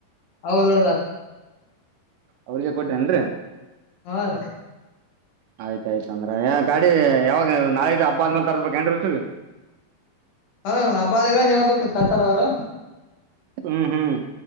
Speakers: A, on the left; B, on the right.
A: ಅವ ಹಿಡದಾರೀ.
B: ಅವ್ರಿಗೆ ಕೊಟೆ ಏನ್ರಿ.
A: ಹಾ ರೀ.
B: ಆಯ್ತ ಆಯ್ತ ಅಂದ್ರ ಯಾನ್. ಗಾಡಿ ಯಾವಾಗವು ನಾಳಿದ್ದು ಹಬ್ಬಾ ಆದ್ಮೇಲೆ. ತರಬೇಕೆನ್ರಿ ಉಸುಗ.
A: ಹ ಹಬ್ಬಾಆದಿಗ ಹೇಳ್ಬೇಕ್ರಿ ತತ್ತಾರ್ ಅವ್ರು.
B: ಅಹ್ಮ್ ಹ್ಮ್